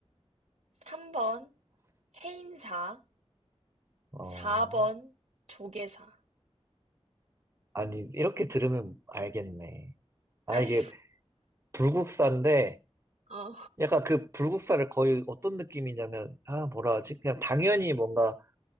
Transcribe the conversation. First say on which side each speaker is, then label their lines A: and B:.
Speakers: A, on the right (about 85°); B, on the right (about 25°).
A: 삼 번 해인사,
B: 어,
A: 사 번 조계사.
B: 아니 이렇게 들으면 알겠네. 아
A: 아휴,
B: 이게 불국사인데,
A: 어,
B: 약간 그 불국사를 거의 어떤 느낌이냐면, 아 뭐라 하지? 그냥 당연히 뭔가